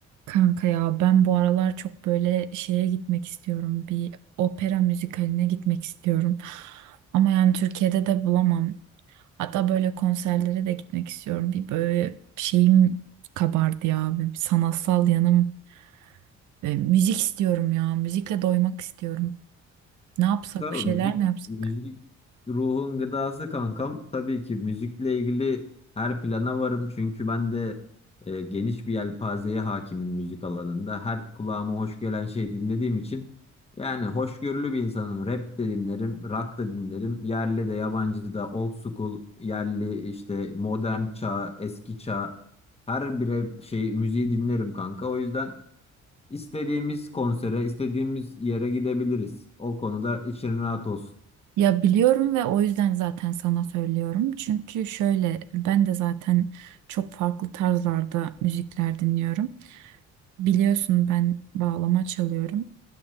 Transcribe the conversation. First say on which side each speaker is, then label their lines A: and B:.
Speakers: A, on the right; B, on the left.
A: Kanka ya ben bu aralar çok böyle şeye gitmek istiyorum. Bir opera müzikaline gitmek istiyorum. Ama yani Türkiye'de de bulamam. Hatta böyle konserlere de gitmek istiyorum. Bir böyle şeyim kabardı ya. Bir sanatsal yanım. Ve müzik istiyorum ya. Müzikle doymak istiyorum. Ne yapsak
B: Kanka müzik
A: bir şeyler mi yapsak?
B: müzik ruhun gıdası kankam. Tabii ki müzikle ilgili her plana varım çünkü ben de e, geniş bir yelpazeye hakimim müzik alanında. Her kulağıma hoş gelen şey dinlediğim için yani hoşgörülü bir insanım. Rap de dinlerim, rock da dinlerim. Yerli de yabancı da old school, yerli işte modern çağ, eski çağ her bire şey müziği dinlerim kanka. O yüzden İstediğimiz konsere, istediğimiz yere gidebiliriz. O konuda için rahat olsun.
A: Ya biliyorum ve o yüzden zaten sana söylüyorum. Çünkü şöyle ben de zaten çok farklı tarzlarda müzikler dinliyorum. Biliyorsun ben bağlama çalıyorum.